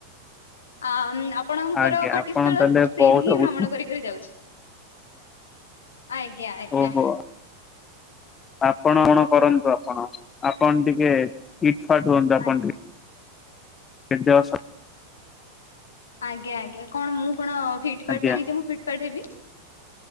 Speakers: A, on the left; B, on the left.
A: ଆମ୍ ଆପଣ ନଙ୍କର
B: ଆଜ୍ଞା
A: ଖଟିସ୍ଥଳ
B: ଆପଣ ତାହେଲେ
A: ସେଇଠିକି
B: ବହୁତ
A: ହିଁ
B: ବୁଦ୍ଧିମାନ
A: ଭ୍ରମଣ କରିକରି ଯାଉଛି। ଆଜ୍ଞା ଆଜ୍ଞା।
B: ଓହୋ। ଆପଣ କଣ କରନ୍ତୁ ଆପଣ ଆପଣ ଟିକେ ଇଟ ଫାଟ ହୁଅନ୍ତୁ ଆପଣ
A: ଆ
B: ଟିକେ କେମ୍ଟି ଅଛ?
A: ଆଜ୍ଞା ଆଜ୍ଞା କଣ ମୁଁ କଣ ଫିଟପାଟ୍
B: ଆଜ୍ଞା
A: ନାହିଁ ଯେ ମୁଁ ଫିଟପାର୍ଟ ହେବି?